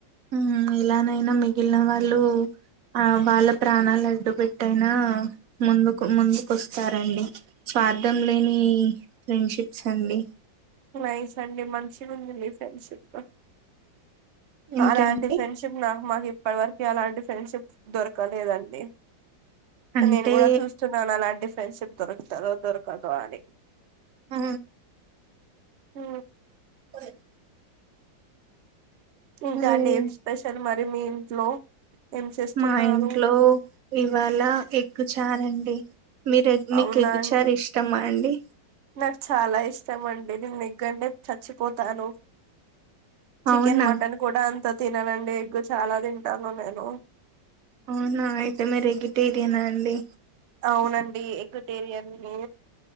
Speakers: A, on the right; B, on the right.
A: ఉ ఇలానైనా మిగిలిన వాళ్ళు ఆ వాళ్ళ ప్రాణాలు అడ్డు పెట్టయినా ముందుకు ముందుకు వస్తారండి స్వార్థం లేని ఫ్రెండ్షిప్స్ అండి
B: నైస్ అండి మంచిగా ఉంది మీ ఫ్రెండ్షిప్
A: ఏంటండి
B: అలాంటి ఫ్రెండ్షిప్ నాకు మాకి ఇప్పటి వరక అలాంటి ఫ్రెండ్షిప్ దొరకలేదండి
A: అంటే
B: నేను కూడా చూస్తున్నాను అలాంటి ఫ్రెండ్షిప్ దొరుకుతుద దొరకదు అనే
A: ఆ
B: హ
A: <unintelligible>
B: ఇంకా
A: లేదండి
B: అండి ఏం స్పెషల్ మరి మీ ఇంట్లో ఏం చేస్తున్నారు
A: మా ఇంట్లో ఇవాళ ఎగ్గుచారండి మీర మీకు
B: అవునా
A: ఎగ్చార్
B: అండి
A: ఇష్టమ్మా అండి
B: నాకు చాలా ఇష్టం అండి నేను ఎగ్ అంటే చచ్చిపోతాను చికెన్
A: అవునా
B: మటన్ కూడా అంత తిననండి ఎగ్గు చాలా తింటాను నేను
A: అవునా అయితే వెజిటేరియనా అండి
B: అవునండి ఎగ్టేరియని